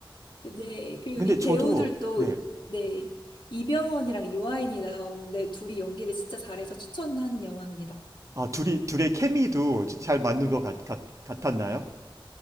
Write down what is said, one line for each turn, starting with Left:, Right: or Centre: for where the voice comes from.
Left: 네, 그리고
Right: 근데
Left: 이
Right: 저도
Left: 배우들도,
Right: 네.
Left: 네, 이병헌이랑 유아인이 나오는데 둘이 연기를 진짜 잘해서 추천하는 영화입니다.
Right: 아, 둘이 둘의 케미도 잘 맞는 것 같, 같, 같았나요?